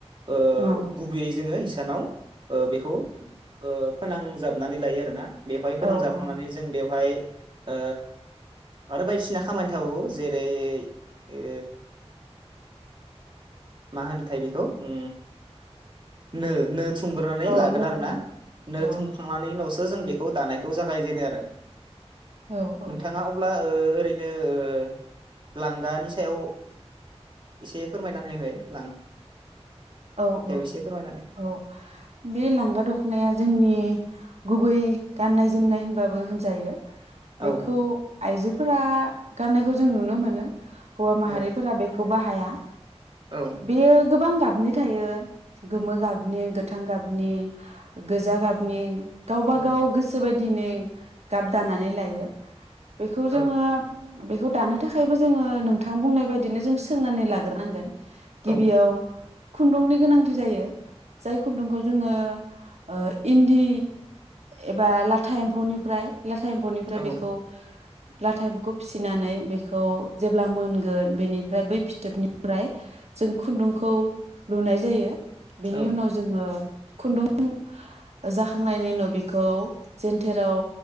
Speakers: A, on the right (about 45°); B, on the right (about 75°).
A: ओ
B: औ
A: गुबैयै जोङो हि सानाव बेखौ फोनांजाबनानै लायो आरोना । बेवहाय फोनांजाखांनानै
B: औ औ
A: जों बेव हाय ओ आरो बायदिसिना खामानि थाबावो जेरै ओ मा होनो थाय बेखौ ओ नो नो थुनग्रोनानै
B: औ
A: लागोन
B: नो
A: आरोना
B: खन
A: नो थुनखांनानै
B: औ
A: उनावसो <unintelligible> जों बेखौ दानायखौ जागायजेनो आरो ।
B: औ औ
A: नोंथाङा अब्ला ओ ओरैनो ओ लांगानि सायाव एसे फोरमायनानै होलाय ।
B: औ औ
A: एसे फोरमायनानै
B: औ बे लांगा दखनाया जोंनि गुबै गाननाय जोमनाय होनबाबो होनजायो।
A: औ
B: बेखौ आइजोफोरा गाननायखौ जों नुनो मोनो। हौवा माहारिफोरा
A: औ
B: बेखौ बाहाय हाया
A: औ।
B: बेयो गोबां गाबनि थायो गोमो गाबनि गोथां गाबनि गोजा गाबनि गावबा
A: औ
B: गाव गोसोबायदि दिनै गाब दानानै लायो। बेखौ जोङो
A: औ
B: बेखौ दानो थाखायबो जोङो नोंथां बुंनाय बायदिनो जों सोंनानै लाग्रोनांगोन। गिबियाव
A: औ
B: खुन्दुंनि गोनांथि जायो। जाय खुन्दुंखौ जोङो ओ इन्दि एबा लाथा एम्फौनिफ्राय लाथा एम्फौनिफ्राय
A: औ
B: बेखौ लाथा एम्फौखौ फिसिनानै बेखौ जेब्ला मोनगोन बेनि ओमफ्राय बै फिथोबनिफ्राय जों खुन्दुंखौ लुनाय जायो।
A: औ
B: बिनि उनाव जोङो खुन्दुं जाखांनायनि उनाव बेखौ जेनथेराव